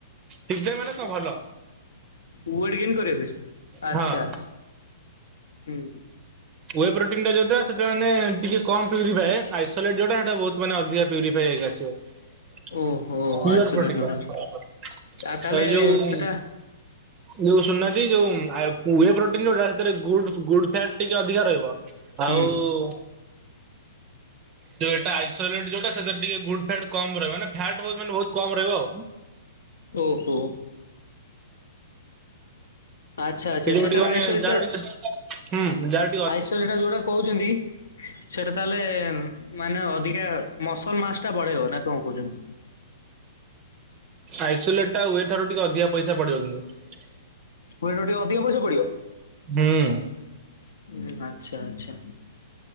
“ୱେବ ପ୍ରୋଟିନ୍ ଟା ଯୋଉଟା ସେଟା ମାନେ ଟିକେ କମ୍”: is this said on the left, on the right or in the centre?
Right